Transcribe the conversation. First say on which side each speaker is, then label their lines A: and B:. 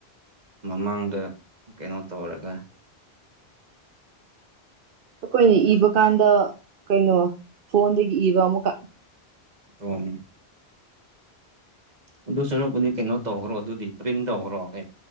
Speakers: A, on the right; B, on the right.
A: ꯃꯃꯥꯡꯗ ꯀꯩꯅꯣ ꯇꯧꯔꯒ
B: ꯑꯩꯈꯣꯏꯅ ꯏꯕ ꯀꯥꯟꯗ ꯀꯩꯅꯣ ꯐꯣꯟꯗꯒꯤ ꯏꯕ ꯑꯃꯨꯛꯀ
A: ꯑꯣ ꯑꯗꯨ ꯁꯔꯨꯛꯄꯨꯗꯤ ꯀꯩꯅꯣ ꯇꯧꯈ꯭ꯔꯣ ꯑꯗꯨꯗꯤ ꯄ꯭ꯔꯤꯟ ꯇꯧꯈ꯭ꯔꯣ ꯀꯩꯅꯣ